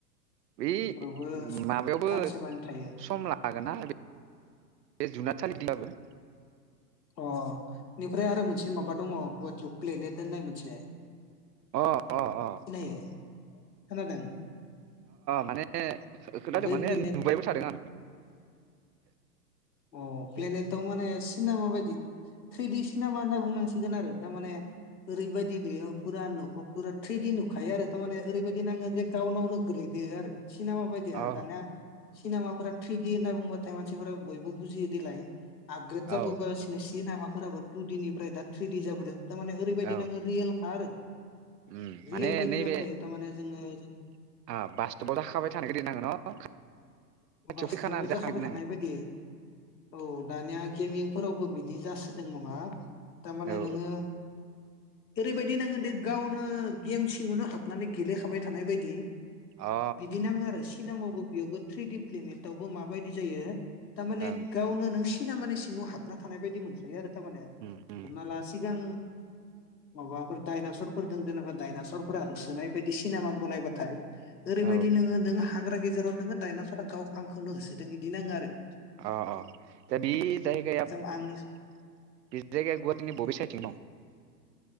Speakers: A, on the right; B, on the left.
A: बि
B: बेफोरावबो
A: माबायावबो
B: सानसेमानि थायो
A: सम लागोन ना बे जुनाद सालिब्लाबो
B: अ बेनिफ्राय आरो मोनसे माबा दङ गुवाहाटीआव प्लेनेट होननाय मोनसे
A: अ अ अ
B: खोनायो खोनादों
A: माने खोनथादों
B: बै
A: माने
B: प्लेनेट
A: नुबायबो थादों आं
B: अ प्लेनेटाव माने सिनेमा बायदि ट्रेदि सिनेमा होनना बुंनांसिगोन आरो थारमाने ओरैबायदि बेयाव नुयो फुरा न'खौ फुरा ट्रेदि नुखायो आरो थारमाने ओरैबायदि नाङो जे गावनावनो गोलैदो आरो सिनेमा बायदि
A: अ
B: आरो दानिया सनेमाफोरा ट्रिदि होनना बुंबाथाय मानसिफोरा बयबो बुजि देलाय आग्रोद जाबोगासिनो
A: औ
B: सिनामा फोराबो टु देनिफ्राय दा ट्रि दि जाबोदों थारमाने ओरैबायदि
A: औ
B: नाङो रियेल आरो
A: उम माने
B: रियेल बायदि
A: नैबे
B: नांखायो थारमाने <unintelligible>
A: <unintelligible> खाथियाव
B: बास्टपाव
A: फैखानानै जाखाग्रोनांगोन
B: जाखाबाय थानाय बायदि औ दानिया गेमिंफोरावबो बिदि जासो दों नङा थारमाने
A: औ
B: नोङो ओरैबायदि नाङो दे गावनो गेम सिङावनो हाबनानै गेलेखाबाय थानाय बायदि
A: औ
B: बिदि नाङो आरो खि नामावबो बेयावबो थ्रिडि प्लिनिथावबो माबायदि जायो थारमाने
A: अ ओं
B: गावनो नों सिना माने सिङाव हाबना थानाय बायदि मोनखायो आरो थारमाने
A: उम उम
B: हमना ला सिगां माबाफोर डायनासरफोर दों जेनेबा दडायनासरफोरा होसोनाय बायदि सिनेमाखौ नायबाथाय ओरैबायदि
A: औ
B: नोङो नों हाग्रा गे जेराव दोङो डायनास गाव आंखौनो होसोदों बिदि नाङो आरो
A: अ अ दा बे जायगाया
B: जों
A: बे
B: आंनि
A: जायगाया गुवाहाटिनि बबे साइडथिं दं